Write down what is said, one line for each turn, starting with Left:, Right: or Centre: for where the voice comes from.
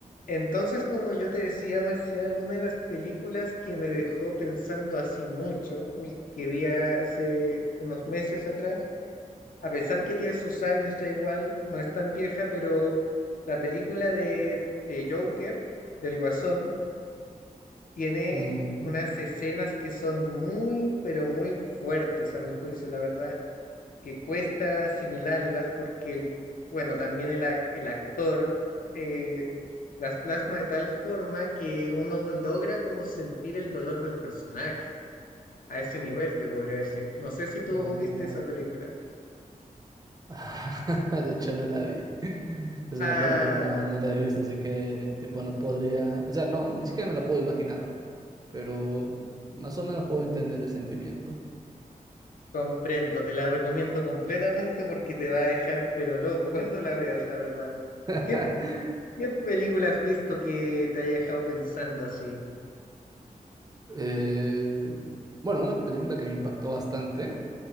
Left: Entonces, como yo te decía, Marcial, una de las películas que me dejó pensando así mucho, ul- que vi hace unos meses atrás, a pesar que tiene sus años ya igual, no es tan vieja, pero la película de, de Joker, del Guasón, tiene
Right: Ujú.
Left: unas escenas que son muy, pero muy fuertes a mi juicio, la verdad, que cuesta asimilarlas porque, el, bueno, también el, ac- el actor... eh, las plasma de tal forma que uno logra como sentir el dolor del personaje. A ese nivel te podría decir. No sé si tú
Right: Oh.
Left: viste esa película.
Right: <laughs> De hecho, no la vi. Es
Left: Ah,
Right: una pena, pero no, no la he visto, así que tipo no podría, o sea, no, ni siquiera me la puedo imaginar, pero más o menos puedo entender el sentimiento.
Left: comprendo, te la recomiendo completamente porque te va a dejar pero loco <laughs> cuando la veas, la verdad.
Right: <laughs>
Left: ¿Qué, qué película has visto que te haya dejado pensando así?
Right: Eh, bueno, una película que me impactó bastante